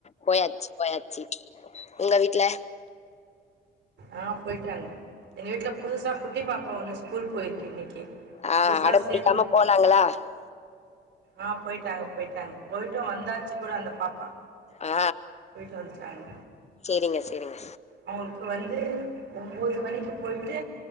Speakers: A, on the left (about 35°); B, on the right (about 65°).
A: போயாச்சி போயாச்சி உங்க வீட்ல
B: ஆ போயிட்டாங்க எங்க வீட்ல புதுசா குட்டி பாப்பா ஒன்னு ஸ்கூல் போய்ருக்கு இன்னைக் கி
A: ஆ
B: புதுசா
A: அடம்
B: சேர்த்துருக்கோ
A: பிடிக்காம <unintelligible>
B: ஆ போயிட்டாங்க போயிட்டாங்க போய்டு வந்தாச்சு கூட அந்த பாப்பா
A: ஆ
B: போய்ட்டு வந்துட்டாங்க
A: சேரிங்க சேரிங்க
B: அவுங்களுக்கு வந்து ஒன்பது மணிக்கு போயிட்டு